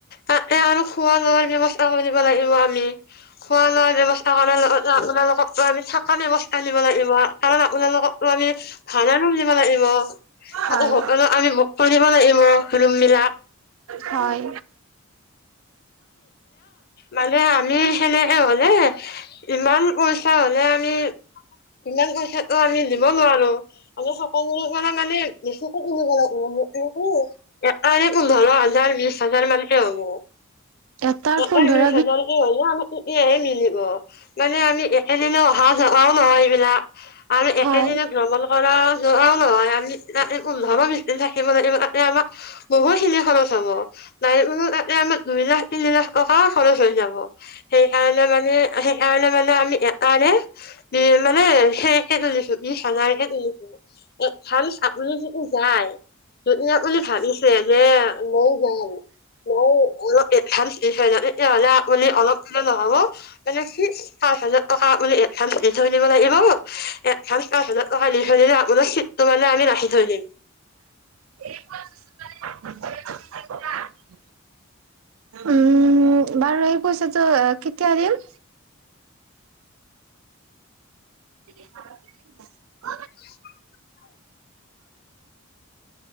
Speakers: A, on the left; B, on the right.
A: তাতে আৰু খোৱা লোৱাৰ ব্যৱস্থা কৰিব লাগিব আমি। খোৱা লোৱা ব্যৱস্থা কাৰণে আপোনালোকক মানে থাকা ব্যৱস্থা নিব লাগিব। কাৰণ আপোনালোকক ত' আমি ভাৰা ৰুম দিব লাগিব,
B: হয়
A: আৰু সকলো আমি <unintelligible> কৰি দিব লাগিব ৰুম বিলাক।
B: হয়!
A: মানে আমি সেনেকে হলে, ইমান পইচা হ'লে আমি ইমান পইচাটো আমি দিব নোৱাৰো। আমি সকলোৰে কাৰণে মানে বেছিকে কিনিব লাগিব <unintelligible> জাৰ বিশ হাজাৰ মানকে হ'ব।
B: এটাৰ
A: অকল
B: পোন্ধৰ
A: বিশ হাজাৰকৈ হ'লেও <unintelligible> তেতিয়াহে মিলিব মানে আমি একেদিনাই অহা যোৱাও নহয় এইবিলাক। আৰু
B: হয়
A: একেদিনাই ভ্ৰমণ কৰা আও যোৱাও নহয় আমি তাতে পোন্ধৰ বিছদিন থাকিব লাগিব, তাতে আমাক বহুতখিনি খৰছ হ'ব নাই মানে তাতে আমাৰ দুই লাখ তিনি লাখ টকা খৰচ হৈ যাব। সেইকাৰণে মানে সেইকাৰণে মানে আমি <unintelligible> ই মানে সেইকে তুলিছো বিছ হাজাৰকৈ তুলিছো। এডভান্স আপুনি যদি যায়। যদি আপুনি ভাবিছে যে মইও যাম, ময়ো অলপ এডভান্স দি থৈ যাওঁ তেতিয়া হ'লে আপুনি অলপ‌ দিলে নহ'ব মানে কি পাঁচ হাজাৰ টকা আপুনি এডভান্স দি থৈ যাব লাগিব এডভান্স পাঁচ হাজাৰ টকা দি থৈ দিলে আপোনাৰ ছিটটো মানে আমি ৰাখি থৈ দিম।
B: <inaudible> উম বাৰু এই পইচাটো কেতিয়া দিম। <inaudible>
A: <inaudible>